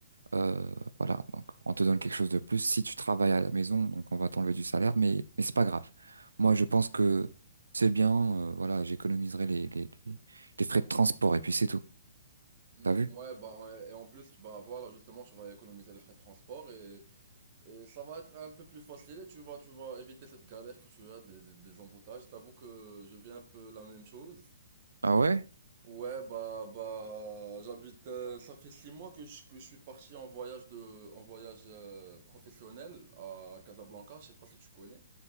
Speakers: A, on the right; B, on the right.
A: Euh, voilà, donc on te donne quelque chose de plus. Si tu travailles à la maison, donc on va t'enlever du salaire, mais mais c'est pas grave. Moi, je pense que c'est bien. euh, voilà, j'économiserai les, les les les frais de transport et puis c'est tout.
B: Mm,
A: T'as vu?
B: Ouais, bah, ouais. Et en plus, bah, voilà, justement, tu vas économiser les frais de transport et Et ça va être un peu plus facile et tu vas, tu vas éviter cette galère que tu as des, des, des emboutages. T'avoue que je vis un peu la même chose.
A: Ah ouais?
B: Ouais, bah, bah, j'habite, euh, ça fait six mois que je, que je suis parti en voyage de, en voyage euh, professionnel à Casablanca. Je sais pas si tu connais.